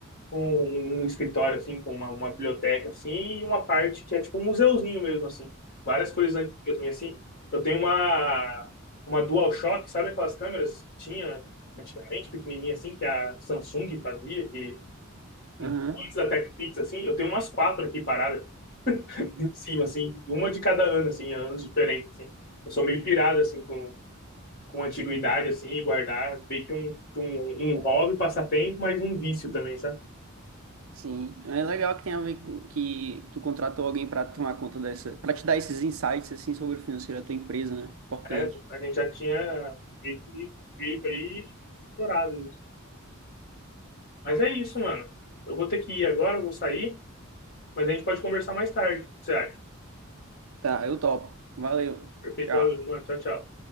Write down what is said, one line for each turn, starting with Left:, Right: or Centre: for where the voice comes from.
Left: um, um escritório, assim, com uma, uma biblioteca, assim, e uma parte que é, tipo, um museuzinho mesmo, assim. Várias coisas antigas minhas, assim. Eu tenho uma, uma DualShock, sabe aquelas câmeras que tinha antigamente, pequenininha, assim, que a Samsung fazia, que
Right: Aham.
Left: antes da TechPix, assim, eu tenho umas quatro aqui paradas de cima, assim, uma de cada ano, assim, anos diferentes, assim. Eu sou meio pirado, assim, com, com antiguidade, assim, e guardar meio que um, um, um hobby, passatempo, mas um vício também, sabe?
Right: Sim, é legal que tem a ver com que tu contratou alguém para tomar conta dessa, para te dar esses insights assim sobre o financeiro da tua empresa, né? Importante.
Left: É, a gente já tinha meio que feito aí, explorado isso. Mas é isso, mano. Eu vou ter que ir agora, eu vou sair, mas a gente pode conversar mais tarde, o que você acha?
Right: Tá, eu topo. Valeu.
Left: Perfeito,
Right: Tchau.
Left: mano. Tchau, tchau.